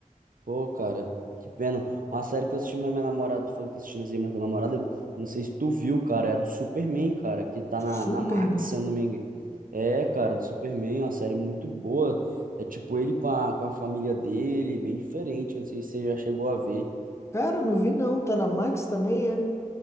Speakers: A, on the right; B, on the left.
A: Pô, cara, que pena. Uma série que eu assisti, mas minha namorada, tu falou que tá assistindo assim, mas tua namorada, eu não sei se tu viu, cara, é a do Superman, cara, que tá na,
B: Superman.
A: na Max, se eu não me engano. É, cara, do Superman, é uma série muito boa. É tipo ele com a, com a família dele, bem diferente, não sei se você já chegou a ver.
B: Cara, não vi não. Tá na Max também, é?